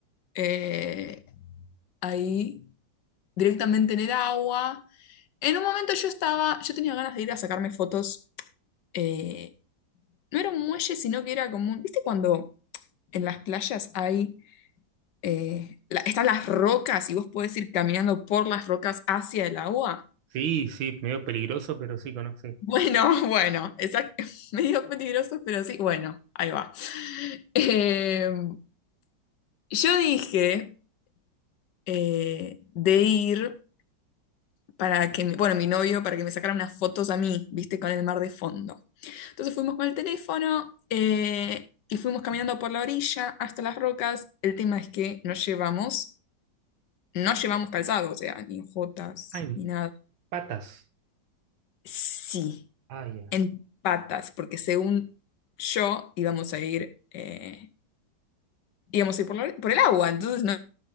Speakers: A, on the left; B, on the right.
A: eh, ahí directamente en el agua. En un momento yo estaba, yo tenía ganas de ir a sacarme fotos, eh, no era un muelle, sino que era como, un- ¿viste cuando en las playas hay, eh, la- están las rocas y vos podés ir caminando por las rocas hacia el agua?
B: Sí, sí, medio peligroso, pero sí conocí.
A: Bueno, <laughs> bueno, exacto, <laughs> medio peligroso, pero sí, bueno, ahí va. <laughs> Em, yo dije... eh, de ir para que, bueno, mi novio, para que me sacara unas fotos a mí, viste, con el mar de fondo. Entonces fuimos con el teléfono eh, y fuimos caminando por la orilla hasta las rocas. El tema es que no llevamos, no llevamos calzado, o sea, ni jotas,
B: Ah, en
A: ni nada.
B: patas.
A: Sí,
B: Ah, ya.
A: en patas, porque según yo íbamos a ir, eh, íbamos a ir por, la por el agua, entonces no,